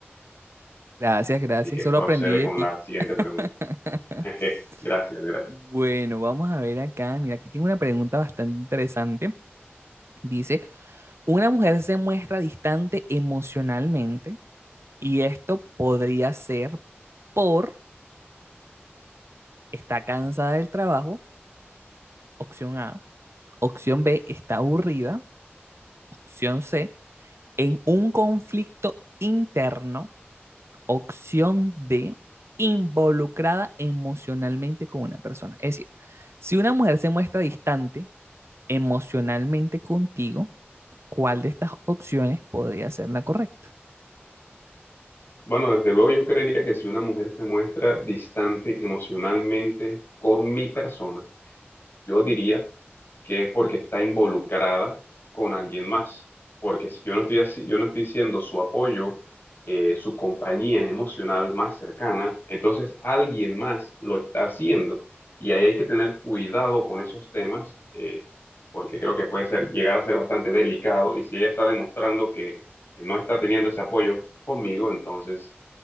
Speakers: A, on the right; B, on the left.
A: Gracias, gracias,
B: Así que
A: solo
B: procede
A: aprendí de
B: con
A: ti.
B: la siguiente
A: <laughs>
B: pregunta. <laughs> Gracias, gracias.
A: Bueno, vamos a ver acá. Mira, aquí tengo una pregunta bastante interesante. Dice, una mujer se muestra distante emocionalmente y esto podría ser por está cansada del trabajo, opción A. Opción B, está aburrida. Opción C, en un conflicto interno. Opción D, involucrada emocionalmente con una persona. Es decir, si una mujer se muestra distante emocionalmente contigo, ¿cuál de estas opciones podría ser la correcta?
B: Bueno, desde luego yo creería que si una mujer se muestra distante emocionalmente con mi persona, yo diría que es porque está involucrada con alguien más. Porque si yo no estoy así, yo no estoy siendo su apoyo, eh, su compañía emocional más cercana, entonces alguien más lo está haciendo. Y ahí hay que tener cuidado con esos temas, eh, porque creo que puede ser, llegar a ser bastante delicado. Y si ella está demostrando que no está teniendo ese apoyo conmigo, entonces